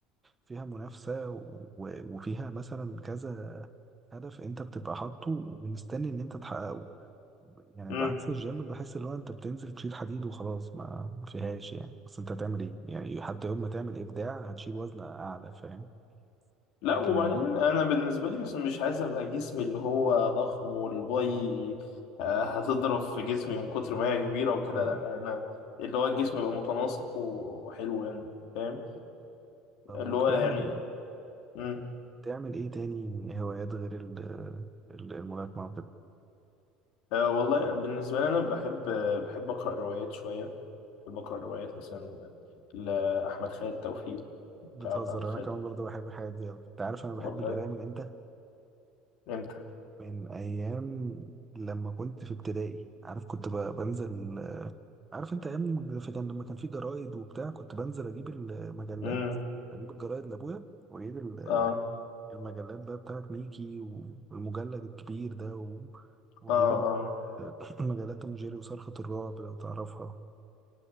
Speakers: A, on the right (about 15°); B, on the left (about 65°).
A: فيها منافسه و- وفيها مثلا كذا هدف انت بتبقى حاطه ومستني ان انت تحققه يعني
B: امم
A: بعكس الجيم بحس اللي هو انت بتنزل تشيل حديد وخلاص ما ما فيهاش يعني بس انت هتعمل ايه يعني حتى يوم ما تعمل ابداع هتشيل وزن اعلى فاهم
B: لا
A: لكن
B: وبعدين
A: ال-
B: انا بالنسبه لي مثلا مش عايز ابقى جسمي اللي هو ضخم والباي آه، هتضرب في جسمي من كتر ما هي كبيره وكده
A: اه
B: لا انا اللي هو الجسم يبقى متناسق وحلو يعني فاهم
A: طب
B: اللي
A: وبتعمل
B: هو يعني مم.
A: بتعمل ايه تاني هوايات غير ال- ال- الملاكمة وكده
B: أه والله بالنسبة لي أنا بحب بحب أقرأ روايات شوية بحب أقرأ روايات مثلا لأحمد خالد توفيق
A: بتهزر
B: تعرف أحمد خالد
A: انا كمان
B: توفيق؟
A: برضه بحب الحاجات دي اوي انت عارف انا بحب
B: والله
A: القراية من امتى
B: إمتى؟
A: من ايام لما كنت في ابتدائي عارف كنت ب- بنزل عارف انت ايام في- كان لما كان في جرايد وبتاع كنت بنزل اجيب المجلات
B: امم
A: اجيب الجرايد لابويا واجيب ال-
B: آه
A: المجلات بقى بتاعت ميكي والمجلد الكبير ده و... وجيب
B: آه
A: ال-
B: آه
A: <clears throat> مجلات مجيري وصرخة الرعب لو تعرفها